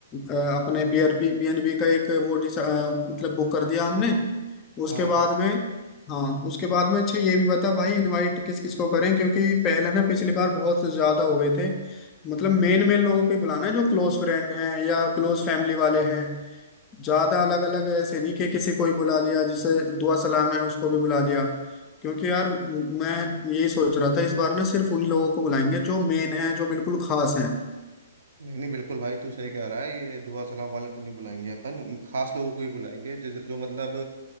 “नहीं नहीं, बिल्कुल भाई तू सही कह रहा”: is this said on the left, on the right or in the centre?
Right